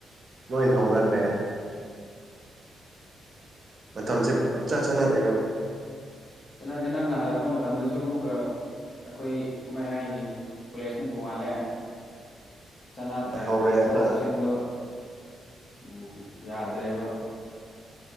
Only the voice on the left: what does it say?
ꯆꯥꯟꯅꯗꯦ ꯅꯪꯅ ꯍꯜꯂꯛꯄ ꯃꯇꯝꯗꯁꯨ ꯑꯃꯨꯛꯀ ꯑꯩꯈꯣꯏ ꯀꯃꯥꯏ ꯍꯥꯏꯅꯤ ꯀꯣꯂꯦꯖ ꯃꯨꯛ ꯇꯣꯡꯉꯥꯜꯂꯦ ꯆꯥꯟꯅꯗ꯭ꯔꯦ
ꯆꯠꯊꯣꯛ
ꯆꯠꯁꯤꯟꯗꯣ ꯎꯝ ꯌꯥꯗ꯭ꯔꯦꯕ